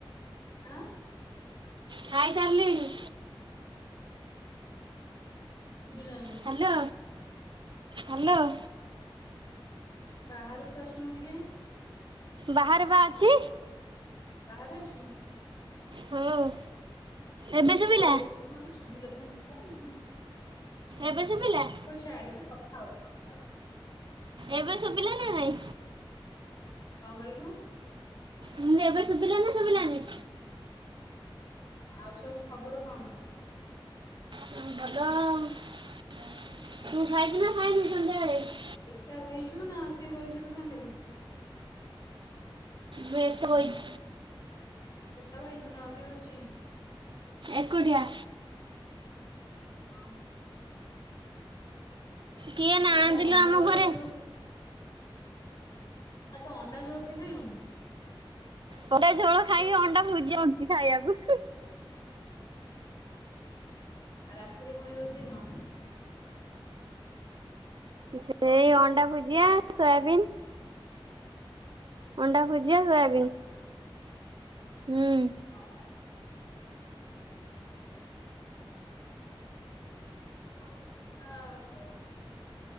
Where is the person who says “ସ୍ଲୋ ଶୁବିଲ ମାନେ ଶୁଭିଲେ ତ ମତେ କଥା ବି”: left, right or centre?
Left